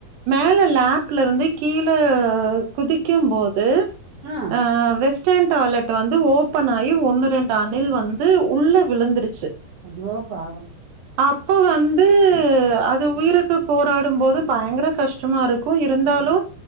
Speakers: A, on the right; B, on the right.
A: மேல லேப்ல இருந்து கீழ குதிக்கும் போது
B: ஆ
A: அ வெஸ் டன் டாய்லெட் வந்து ஓபன் ஆகி ஒன்னு ரெண்டு அணில் வந்து உள்ள விழுந்துருச்சு
B: ஐயோ பாவம்
A: அப்ப வந்து அது உயிருக்கு போராடு போது பயங்கர கஷ் டமாருக்கு இருந்தாலு